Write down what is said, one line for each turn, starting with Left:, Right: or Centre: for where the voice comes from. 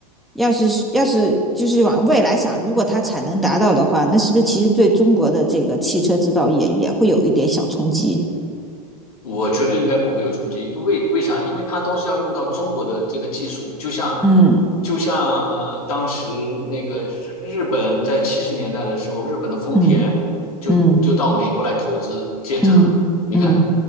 Centre: 要是要是就是往未来想，如果它产能达到的话，那是不是其实对中国的这个汽车制造业也会有一点小冲击？
Left: 我觉得应该不会有冲击，为为啥？因为它都是要用到中国的这个技术，就像
Centre: 嗯
Left: 就像呃，当时那个日日本在七十年代的时候，日本的丰田就就到美国来投资建厂。
Centre: 嗯嗯嗯嗯，
Left: 你看，